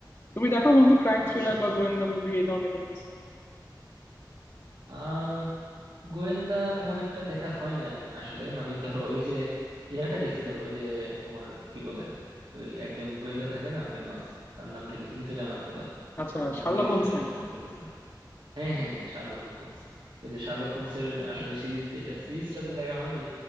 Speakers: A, on the left; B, on the right.
A: তুমি দেখো বন্ধু ক্রাইম
B: আচ্ছা
A: থ্রিলার
B: আচ্ছা
A: বা গোয়েন্দা মুভি এই ধরনের কোনো কিছু
B: আহ গোয়েন্দা তেমন একটা দেখা হয় না আর কি আসলে মানে ধরো ওই যে ইয়াটা দেখছি তবে ওই যে তোমার কি বলে ওই একজন গোয়েন্দা থাকে না ফেমাস তার নামটা কি তুমি তো জানার কথা
A: আচ্ছা
B: আমি
A: শার্লক
B: ভুলে গেছি
A: হোমস
B: আসলে
A: নাকি
B: মনে পড়তেছে না হ্যাঁ হ্যাঁ হ্যাঁ শার্লক হোমস ওই যে শার্লক হোমসের আসলে সিরিজ যেটা সিরিজটা তো দেখা হয়নি